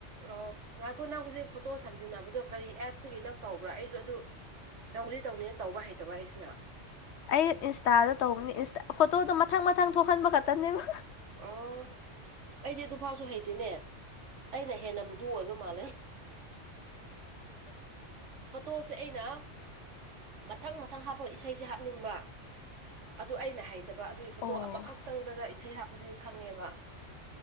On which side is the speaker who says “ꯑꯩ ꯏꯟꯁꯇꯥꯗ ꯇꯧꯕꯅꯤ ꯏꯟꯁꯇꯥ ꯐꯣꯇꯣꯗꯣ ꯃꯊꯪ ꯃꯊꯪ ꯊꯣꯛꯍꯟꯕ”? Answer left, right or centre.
Left